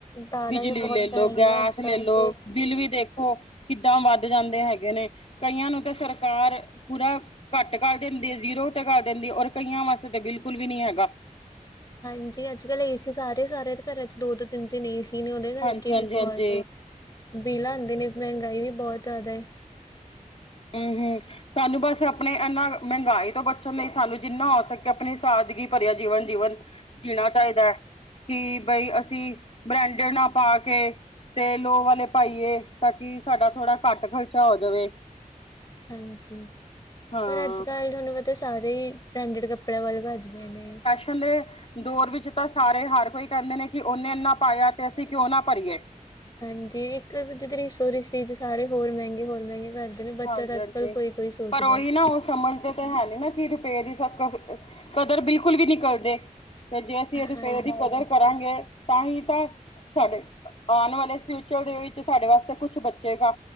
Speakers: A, on the left (about 30°); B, on the left (about 45°).
A: ਦਾਲਾਂ
B: ਬਿਜਲੀ
A: ਹੀ ਬਹੁਤ
B: ਲੇਲੋ,
A: ਮਹਿੰਗੀਆਂ
B: ਗੈਸ
A: ਅੱਜ
B: ਲੇਲੋ,
A: ਕੱਲ੍ਹ ਤੇ
B: ਬਿੱਲ ਵੀ ਦੇਖੋ ਕਿੱਦਾਂ ਵੱਧ ਜਾਂਦੇ ਹੈਗੇ ਨੇ ਕਈਆਂ ਨੂੰ ਤੇ ਸਰਕਾਰ ਪੂਰਾ ਕੱਟ ਕਰ ਦਿੰਦੀ ਜ਼ੀਰੋ ਤੇ ਕਰ ਦਿੰਦੀ ਔਰ ਕਈਆਂ ਵਾਸਤੇ ਤੇ ਬਿਲਕੁਲ ਵੀ ਨੀ ਹੈਗਾ।
A: ਹਾਂਜੀ ਅੱਜ-ਕੱਲ ਏਸੀ ਸਾਰੇ ਸਾਰੇ ਘਰਾਂ ਚ ਦੋ-ਦੋ, ਤਿੰਨ-ਤਿੰਨ ਏਸੀ ਨੇ ਓਦੇ ਕਰਕੇ
B: ਹਾਂਜੀ, ਹਾਂਜੀ,
A: ਵੀ ਬੋਤ
B: ਹਾਂਜੀ
A: ਬਿਲ ਆਂਦੇ ਨੇ ਮਹਿੰਗਾਈ ਵੀ ਬੋਹਤ ਜਾਦਾ ਏ।
B: ਹੂੰ-ਹੂੰ ਸਾਨੂੰ ਬੱਸ ਆਪਨੇ ਐਨਾ ਮਹਿਂਗਾਈ ਤੋਂ ਬਚਣ ਲਈ ਸਾਨੂੰ ਜਿੰਨਾ ਹੋ ਸਕੇ ਆਪਣੀ ਸਾਦਗੀ ਪਰਿਆ ਜੀਵਨ ਜੀਵਨ ਜੀਣਾ ਚਾਇਦਾ। ਕਿ ਬਈ ਅਸੀਂ ਬ੍ਰੈਂਡਡ ਨਾ ਪਾ ਕੇ ਤੇ ਲੋਅ ਵਾਲੇ ਪਾਈਏ, ਤਾਂ ਕਿ ਸਾਡਾ ਥੋੜਾ ਕੱਟ ਖ਼ਰਚਾ ਹੋ ਜਵੇ।
A: ਹਾਂਜੀ,
B: ਹਾਂ।
A: ਪਰ ਅੱਜ-ਕੱਲ੍ਹ ਥਾਨੂੰ ਪਤਾ ਸਾਰੇ ਈ ਬਰੈਂਡਡ ਕੱਪੜਿਆਂ ਵੱਲ ਪਾੱਜਦੇ ਨੇ
B: ਪੈਲੇ ਦੌਰ ਵਿੱਚ ਤਾਂ ਸਾਰੇ ਹਰ ਕੋਈ ਕੈੰਦੇ ਨੇ ਕਿ ਉਹਨੇ ਐਨਾਂ ਪਾਯਾ ਤੇ ਅਸੀਂ ਕਿਉਂ ਨਾ ਪਰੀਏ।
A: ਹਾਂਜੀ, ਇੱਕ ਦੁਜੇ ਦੀ ਰੀਸੋ-ਰੀਸੀ ਚ ਸਾਰੇ ਹੋਰ ਮਹਿੰਗੇ ਹੋਰ ਮਹਿੰਗੇ ਕਰਦੇ ਨੇ ਬੱਚਾ
B: ਹਾਂਜੀ-ਹਾਂਜੀ
A: ਤਾਂ ਅੱਜ ਕੱਲ੍ਹ ਕੋਈ ਕੋਈ ਸੋਚਦਾ।
B: ਪਰ ਓਹੀ ਨਾ ਓ ਸਮਝ ਤੇ ਹੈ ਨ ਨਾ ਕਿ ਰੁਪਏ ਦੀ ਸੱਕਤ ਅ ਕਦਰ ਬਿਲਕੁਲ ਵੀ ਨੀ ਕਰਦੇ ਤੇ ਜੇ ਅਸੀਂ ਰੁਪਏ
A: ਹਾਂਜੀ
B: ਦੀ ਕਦਰ ਕਰਾਂਗੇ ਤਾਂ ਹੀ ਤਾਂ, ਸਾਡੇ ਆਣ ਵਾਲੇ ਫਿਊਚਰ ਦੇ ਵਿੱਚ ਸਾਡੇ ਵਾਸਤੇ ਕੁਛ ਬਚੇਗਾ।